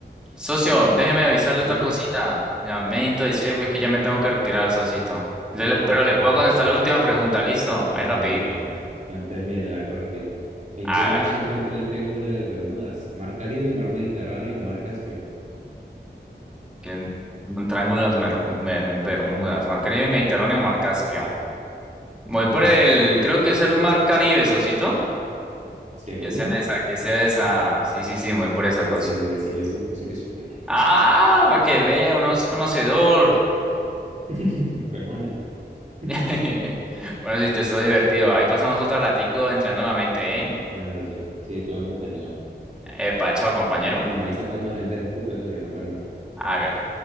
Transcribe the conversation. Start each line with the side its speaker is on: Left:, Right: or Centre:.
Centre: Socio, déjeme avisarle
Right: Dígame.
Centre: otra cosita. Lamento decirle pues, que ya me tengo que retirar, socito.
Right: No,
Centre: Le- le- Pero le puedo
Right: no.
Centre: contestar la última pregunta, ¿listo? Ahí rapidito.
Right: Ah, bueno. Antes, mire, la hago rápido. ¿En
Centre: Hágale.
Right: qué mar se encuentra el Triángulo de las Bermudas? ¿Mar Caribe, Mar Mediterráneo o Mar Caspio?
Centre: Que Un un triángulo de las Mer- Mer- Bermudas, Mar Caribe, Mediterráneo, Mar Caspio. Voy
Right: Ujú.
Centre: por el, creo que es el Mar Caribe, socito.
Right: ¿Seguro?
Centre: Que sea esa, que sea esa. Sí, sí, sí, voy por esa,
Right: Pues
Centre: socio.
Right: sí, soy- sí le supo, sí le supo.
Centre: Ah, para que vea, uno es conocedor.
Right: <laughs> Pues más o menos. <laughs>
Centre: <laughs> Bueno, sí, te estuvo divertido. Ahí pasamos otro ratico entrenando la mente, ¿eh?
Right: Ah, lo siento. Sí, todo entretenido.
Centre: Epa, chao, compañero.
Right: Me avisa cuando gente se ocupe, eso que nos vemos.
Centre: Hágale.